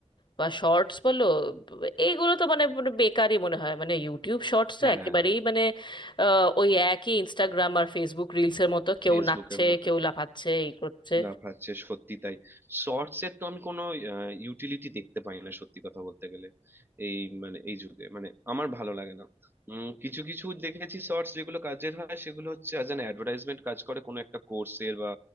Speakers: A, on the left; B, on the right.
A: বা শর্টস বলো এইগুলো তো মানে পুরো বেকারই মনে হয় মানে ইউটিউব শর্টস তো
B: হ্যাঁ
A: একেবারেই মানে আহ, ওই একই ইনস্টাগ্রাম আর ফেসবুক রিলসের মতো কেউ
B: ফেসবুকের
A: নাচছে
B: মতো
A: কেউ লাফাচ্ছে এই করছে
B: না পাচ্ছে সত্যি তাই শর্টস এর তো আমি কোনো ইউটিলিটি দেখতে পাই না সত্যি কথা বলতে গেলে এই মানে এই যুগে মানে আমার ভালো লাগে না উম, কিছু কিছু দেখেছি শর্টস যেগুলো কাজের হয় সেগুলো হচ্ছে অ্যাজ অ্যান অ্যাডভার্টাইজমেন্ট কাজ করে কোনো একটা কোর্সের বা